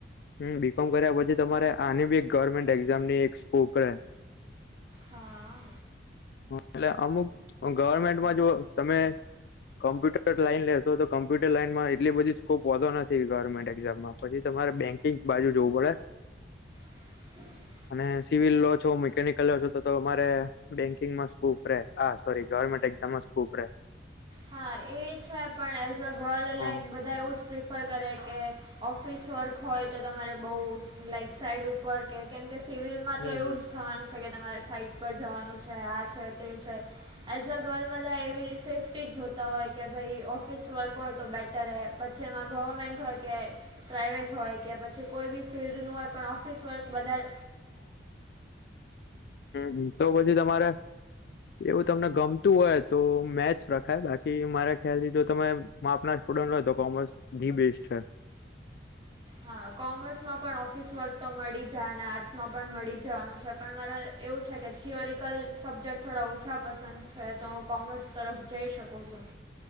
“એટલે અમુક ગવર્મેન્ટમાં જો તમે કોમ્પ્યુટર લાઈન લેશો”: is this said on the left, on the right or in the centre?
Left